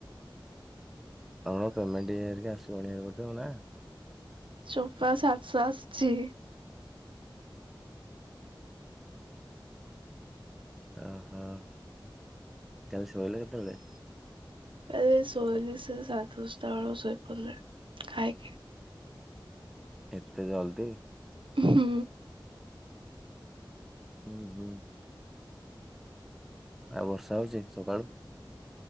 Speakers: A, in the centre; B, on the right.
A: ଆମର ପେମେଣ୍ଟ ଇଏ ହେରିକା ଆସିବଣି ଆକ ନା
B: ଚୋପା ସାତସ ଆସଛି
A: ଓ ହୋ କାଲି ଶୋଇଲ କେତେବେଳେ?
B: ଏ ଶୋଇଲି ସେ ସାଢ଼େ ଦଶଟା ବେଳକୁ ଶୋଇପଡ଼ିଲି ଖାଇକି।
A: ଏତେ ଜଲଦି!
B: ହୁଁ।
A: ହୁଁ ହୁଁ। ଆଉ ବର୍ଷା ହଉଚି ସକାଳୁ